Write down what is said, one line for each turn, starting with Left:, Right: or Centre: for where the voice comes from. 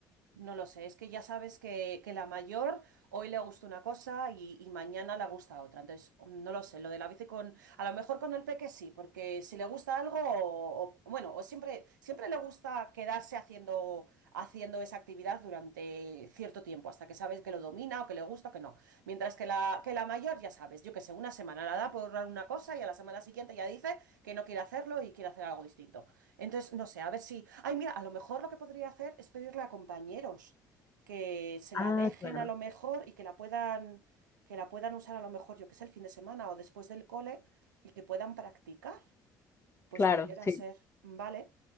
Right: No lo sé, es que ya sabes que, que la mayor hoy le gusta una cosa y, y mañana le gusta otra. Entonces, mm, no lo sé, lo de la bici con, a lo mejor con el peque sí, porque si le gusta algo, o, o- bueno, o siempre, siempre le gusta quedarse haciendo, haciendo esa actividad durante cierto tiempo, hasta que sabes que lo domina o que le gusta o que no. Mientras que la, que la mayor, ya sabes, yo que sé, una semana la da por una cosa y a la semana siguiente ya dice que no quiere hacerlo y quiere hacer algo distinto. Entonces, no sé, a ver si... Ay, mira, a lo mejor lo que podría hacer es pedirle a compañeros que se
Left: Ah,
Right: la dejen
Left: claro,
Right: a lo mejor y que la puedan, que la puedan usar a lo mejor, yo que sé, el fin de semana o después del cole y que puedan practicar. Pues
Left: claro,
Right: pudiera
Left: sí.
Right: ser, ¿vale?